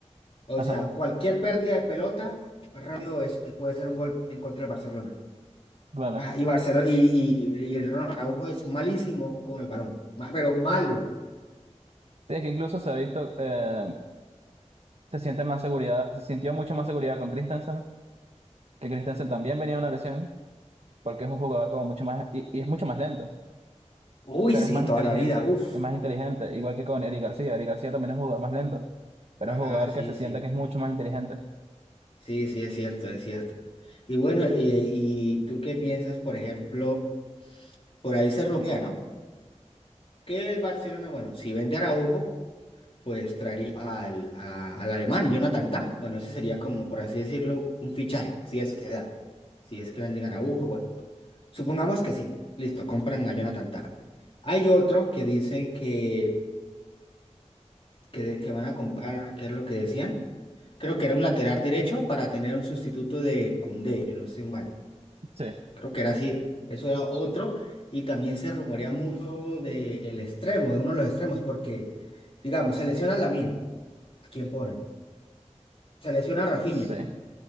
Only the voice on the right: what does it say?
Ajá,
claro.
Sí, es que incluso se ha visto, eh, se siente más seguridad, se sintió mucho más seguridad con Christensen, que Christensen también venía de una lesión, porque es un jugador como mucho más, y y es mucho más lento.
Pero
es más
inteligente,
es más inteligente, igual que con Eric García. Eric García también es un jugador más lento, pero
es un jugador
que se siente
que es mucho más inteligente.
Sí,
sí.